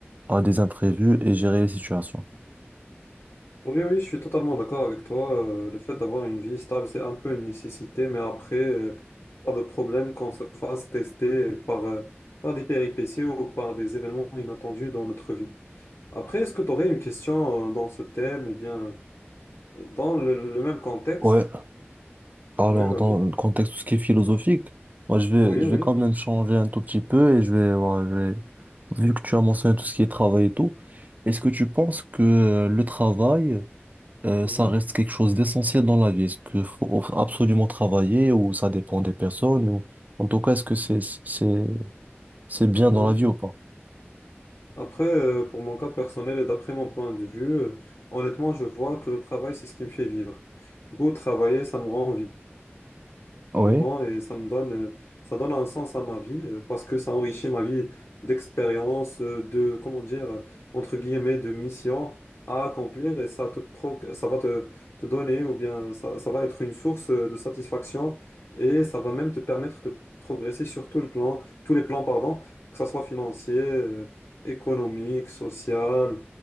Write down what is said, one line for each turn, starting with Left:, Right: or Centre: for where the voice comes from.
Right: à des imprévus et gérer les situations.
Left: Oui, oui, je suis totalement d'accord avec toi. Euh, le fait d'avoir une vie stable, c'est un peu une nécessité, mais après, euh, pas de problème qu'on se fasse tester par, euh, par des péripéties ou par des événements inattendus dans notre vie. Après, est-ce que tu aurais une question, euh, dans ce thème ou bien euh, dans le, le même contexte?
Right: Ouais, alors
Left: Oui, vas-y.
Right: dans le contexte tout ce qui est philosophique, moi je vais,
Left: Oui,
Right: je
Left: oui.
Right: vais quand même changer un tout petit peu et je vais, voilà, je vais- vu que tu as mentionné tout ce qui est travail et tout, est-ce que tu penses que euh, le travail, euh,
Left: Mhm,
Right: ça reste quelque chose d'essentiel dans la vie? Est-ce qu'il faut absolument travailler ou ça dépend des personnes ou en tout cas, est-ce que c'est, c'est, c'est bien
Left: mhm.
Right: dans la vie ou pas?
Left: Après, euh, pour mon cas personnel et d'après mon point de vue, euh, honnêtement, je vois que le travail, c'est ce qui me fait vivre. Du coup, travailler, ça me rend vivant.
Right: Oui.
Left: vivant et ça me donne, euh, ça donne un sens à ma vie euh, parce que ça enrichit ma vie d'expérience, euh, de, comment dire, euh, entre guillemets, de mission à accomplir et ça te proc- ça va te, te donner ou bien ça, ça va être une source euh, de satisfaction et ça va même te permettre de progresser sur tout le plan, tous les plans, pardon, que ça soit financier, euh, économique, social